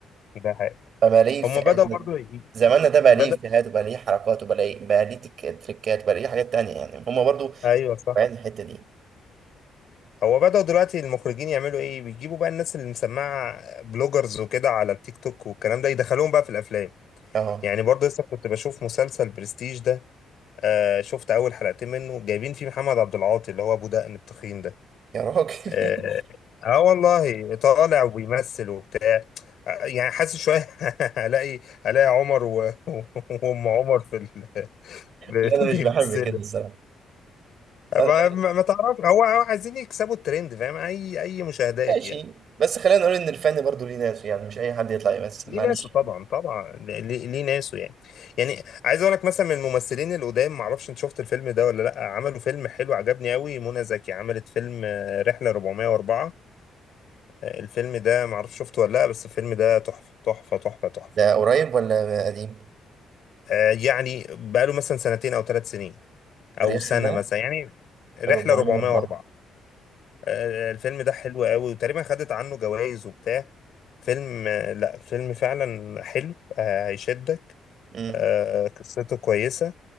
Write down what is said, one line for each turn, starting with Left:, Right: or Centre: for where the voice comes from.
Left: ده حقيقي
Right: فبقى ليه
Left: هما
Right: في
Left: بدأوا برضو ي-
Right: زماننا ده بقى
Left: بدأ
Right: ليه إفيهات وبقى ليه حركات وبقى ليه بقى ليه تك- تريكات وبقى ليه حاجات تانية يعني هما برضو
Left: ايوه صح
Right: بعين الحتة دي
Left: هو بدأوا دلوقتي المخرجين يعملوا ايه بيجيبوا بقى الناس اللي مسمعة بلوجرز وكده على التيك توك والكلام ده يدخلوهم بقى في الافلام
Right: اه
Left: يعني برضه لسه كنت بشوف مسلسل برستيج ده آه شفت اول حلقتين منه جايبين فيه محمد عبد العاطي اللي هو ابو دقن التخين ده
Right: يا راجل
Left: اه,
Right: <laughs>
Left: آه والله طالع وبيمثل وبتاع آه، يعني حاسس شوية <laughs> هلاقي هلاقي عمر و... <laughs> وام عمر في ال... <laughs>
Right: لا أنا
Left: بيمثلوا
Right: مش بحب كده الصراحة
Left: ما,
Right: أنا-
Left: ما ما تعرف هو هو عايزين يكسبوا الترند فاهم اي اي مشاهدات
Right: ماشي
Left: يعني
Right: بس خلينا نقول إن الفن برضو ليه ناس يعني مش أي حد يطلع يمثل
Left: ليه
Right: معلش
Left: ناسه طبعا طبعا ليه, ليه ناسه يعني يعني عايز اقول لك مثلا من الممثلين القدام ما اعرفش انت شفت الفيلم ده ولا لا عملوا فيلم حلو عجبني قوي منى زكي عملت فيلم آه، رحلة 404 آه، الفيلم ده ما اعرفش شفته ولا لا بس الفيلم ده تحفة تحفة تحفة تحفة
Right: ده قريب ولا قديم؟
Left: آه، يعني بقاله مثلا سنتين او ثلاث سنين او
Right: رحلة
Left: سنة مثلا يعني رحلة
Right: 404
Left: 404 آه، الفيلم ده حلو قوي وتقريبا خدت عنه جوائز وبتاع فيلم آه، لا فيلم فعلا حلو آه، هيشدك
Right: امم
Left: آه، قصته كويسة